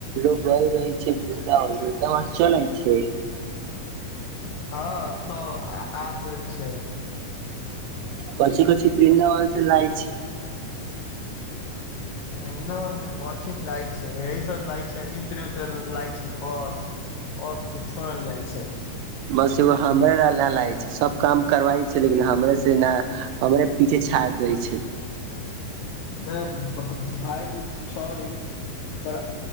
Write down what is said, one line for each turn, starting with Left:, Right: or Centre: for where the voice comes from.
Right: लोक गइ रहै छै वृंदावन, वृंदावन चोल आइ छै।
Left: ह सभ आ गेल छै।
Right: कथी कथी वृंदावन से लाये छै।
Left: वन्दावन कथी लाय छै, यही सभ लाये छै इत्र वित्र लाये छै बस। और कुछौ नै लाये छै।
Right: बस एगो हमरा ना ला ने लाये छै सोब काम करवाय छै लेकिन हमरे से न हमरे। पीछे छाड़ दय छै।
Left: है भाईजी सॉरी। पर